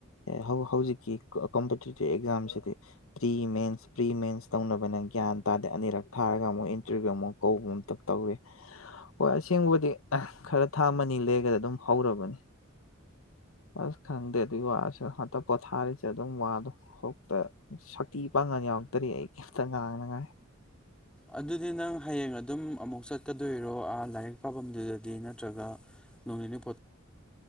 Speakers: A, on the left (about 85°); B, in the centre.
A: ꯍꯧ ꯍꯧꯖꯤꯛꯀꯤ ꯀꯝꯄꯤꯇꯤꯇꯤꯚ ꯑꯦꯛꯖꯥꯝꯁꯤꯗꯤ ꯄ꯭ꯔꯤ ꯃꯦꯟꯁ ꯄ꯭ꯔꯤ ꯃꯦꯟꯁ ꯇꯧꯅꯕꯅ ꯒ꯭ꯌꯥꯟ ꯇꯥꯗꯦ ꯑꯅꯤꯔꯛ ꯊꯥꯔꯒ ꯑꯃꯨꯛ ꯏꯟꯇꯔꯚꯤꯌꯨ ꯑꯃꯨꯛ ꯀꯧꯕ ꯑꯃꯇ ꯇꯧꯏ ꯍꯣꯏ ꯑꯁꯦꯡꯕꯕꯨꯗꯤ ꯈꯔ ꯊꯥ ꯃꯅꯤꯡ ꯂꯩꯒꯗ ꯑꯗꯨꯝ ꯍꯧꯔꯕꯅꯤ ꯑꯁ ꯈꯪꯗꯦ ꯑꯗꯨꯒꯤ ꯋꯥꯁꯨ ꯍꯟꯗꯛ ꯄꯣꯊꯥꯔꯤꯁꯦ ꯑꯗꯨꯝ ꯋꯥꯗꯣ ꯍꯧꯇ ꯁꯛꯇꯤ ꯄꯥꯡꯒꯜ ꯌꯥꯎꯗ꯭ꯔꯦ ꯑꯩ ꯀꯩꯝꯇ ꯉꯥꯡꯅꯤꯡꯉꯥꯏ
B: ꯑꯗꯨꯗꯤ ꯅꯪ ꯍꯌꯦꯡ ꯑꯗꯨꯝ ꯑꯃꯨꯛ ꯆꯠꯀꯗꯣꯏꯔꯣ ꯑꯥ ꯂꯥꯏꯔꯤꯛ ꯄꯥꯕꯝꯗꯨꯗꯗꯤ ꯅꯠꯇ꯭ꯔꯒ ꯅꯣꯡꯅꯤꯅꯤ